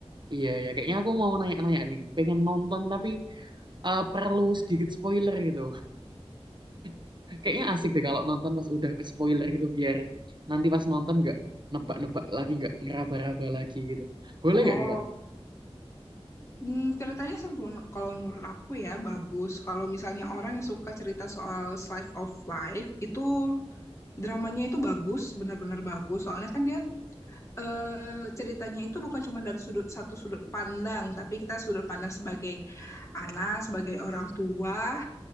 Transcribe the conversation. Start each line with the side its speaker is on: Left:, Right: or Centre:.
Right: iya, ya. Kayaknya aku mau nanya-nanya nih. Pengen nonton tapi eh, perlu sedikit spoiler gitu. <laughs> Kayaknya asik deh kalau nonton pas udah ke spoiler gitu biar nanti pas nonton nggak nebak-nebak lagi, nggak ngeraba-raba lagi gitu. Boleh nggak
Left: Oh,
Right: nih, Kak?
Left: hmm, ceritanya sih menur- kalau menurut aku ya bagus. Kalau misalnya orang yang suka cerita soal slice of life itu dramanya itu bagus, benar-benar bagus. Soalnya kan dia eh, ceritanya itu bukan cuma dari sudut satu sudut pandang, tapi kita sudut pandang sebagai anak, sebagai orang tua